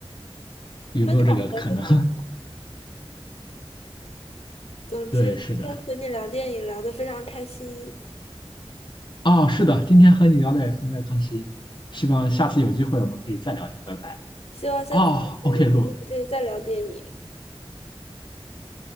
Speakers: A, on the left (about 50°); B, on the left (about 80°).
A: 有没有这个可能？
B: 分场合分情。
A: <laughs>
B: 总之，
A: 对，是的。
B: 今天和你聊电影聊得非常开心，
A: 哦，是的，今天和你聊的也很开心，希望下次有机会我们可以再聊天，拜拜。
B: 希望下次还有机会可以再聊电影。
A: 哦，OK，录，